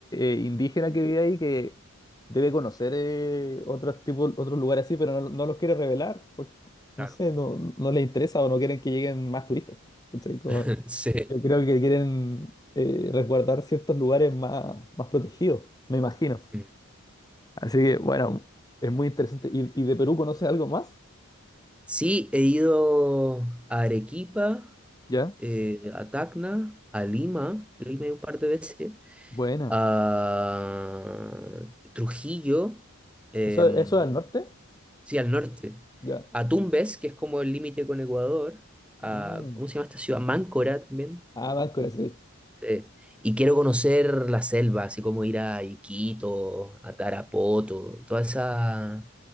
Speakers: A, on the left; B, in the centre.
A: eh, indígena que
B: Mm,
A: vive ahí, que debe conocer eh, otros tipos, otros lugares así, pero no, no los quiere revelar, porque, no
B: claro.
A: sé, no, no les interesa o no quieren que lleguen más turistas. ¿cachai? Como-
B: <laughs> Sí.
A: yo creo que quieren eh, resguardar ciertos lugares más, más protegidos, me imagino.
B: Mm.
A: Así que, bueno, es muy interesante. ¿Y, y de Perú conoces algo más?
B: Sí, he ido a Arequipa,
A: ¿Ya?
B: eh, a Tacna, a Lima, Lima he ido un par de veces,
A: Buena.
B: a Trujillo, em,
A: ¿Eso, eso es al norte?
B: sí, al norte,
A: Ya.
B: a Tumbes, que es como el límite con Ecuador, a,
A: Ah,
B: ¿cómo se llama esta ciudad? Máncora también.
A: Ah, Máscara, sí.
B: Sí. Y quiero conocer la selva, así como ir a Iquitos, a Tarapoto, toda esa,